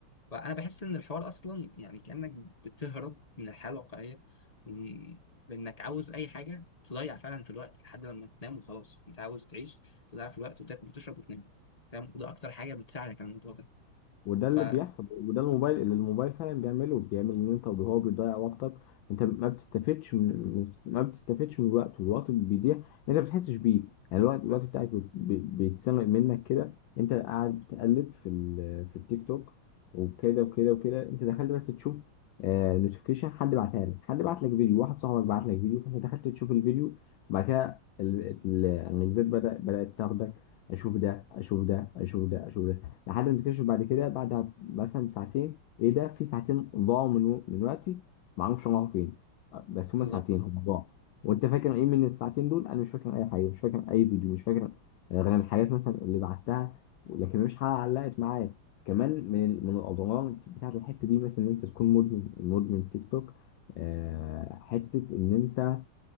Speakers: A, on the left; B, on the left.
A: فانا بحس ان الحوار اصلا يعني كانك بتهرب من الحياه الواقعيه وإن- بانك عاوز اي حاجه تضيع فعلا في الوقت لحد لما تنام وخلاص انت عاوز تعيش تضيع في الوقت وتاكل وتشرب وتنام فاهم وده اكتر حاجه بتساعدك على الموضوع ده
B: وده
A: ف
B: اللي بيحصل وده الموبايل اللي الموبايل فعلا بيعمله بيعمل ان انت هو بيضيع وقتك انت ما بتستفدش من ما بتستفدش من الوقت والوقت بيضيع انت ما بتحسش بيه يعني الوقت الوقت بتاعك بيت- بي- بيتسرق منك كده انت قاعد بتقلب في ال... في التيك توك وكده وكده وكده انت دخلت بس تشوف آه نوتيفيكيشن حد بعتها لك حد بعت لك فيديو واحد صاحبك بعت لك فيديو فانت دخلت تشوف الفيديو بعد كده ال- ال- الميزات بدأ بدأت تاخدك اشوف ده اشوف ده اشوف ده اشوف ده لحد ما تكتشف بعد كده بعد مثلا ساعتين ايه ده في ساعتين ضاعوا من من وقتي ما اعرفش راحوا فين آه، بس هما
A: بالظبط
B: ساعتين هما ضاعوا وانت فاكر ايه من الساعتين دول انا مش فاكر اي حاجه مش فاكر اي فيديو مش فاكر غير الحاجات مثلا اللي بعتها لكن مفيش حاجه علقت معايا كمان من من الاضرار بتاعت الحته دي مثلا ان انت تكون مدمن مدمن تيك توك آه، حته ان انت